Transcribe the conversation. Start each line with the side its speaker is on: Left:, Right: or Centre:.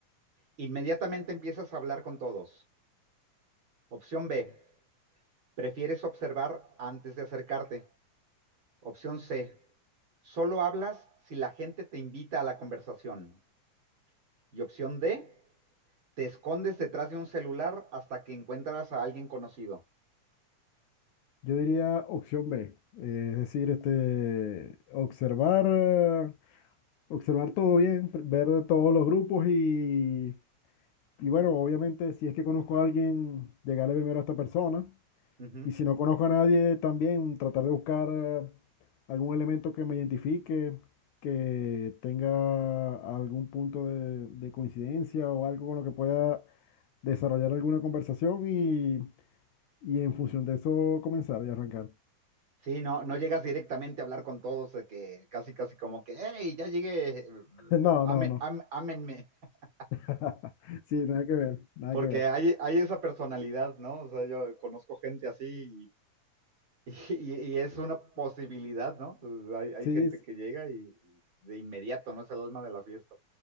Right: inmediatamente empiezas a hablar con todos. Opción B, prefieres observar antes de acercarte. Opción C, solo hablas si la gente te invita a la conversación. Y opción D, te escondes detrás de un celular hasta que encuentras a alguien conocido.
Left: Yo diría opción B, eh, es decir, este, observar, eh, observar todo bien, pr- ver de todos los grupos y, y bueno, obviamente si es que conozco a alguien, llegarle primero a esta persona
Right: Ujú.
Left: y si no conozco a nadie, también tratar de buscar eh, algún elemento que me identifique que tenga algún punto de, de coincidencia o algo con lo que pueda desarrollar alguna conversación y, y en función de eso comenzar y arrancar.
Right: Sí, no, no llegas directamente a hablar con todos, de que casi, casi como que, hey, ya llegué,
Left: <laughs> No,
Right: ame-
Left: no, no.
Right: am- ámenme. <laughs>
Left: <laughs> Sí, nada que ver, nada
Right: Porque
Left: que ver.
Right: hay, hay esa personalidad, ¿no? O sea, yo conozco gente así y, y- y es una posibilidad, ¿no? Pues, Hay, hay
Left: Sí,
Right: gente
Left: sí,
Right: que llega y de inmediato, ¿no? Es el alma de la fiesta.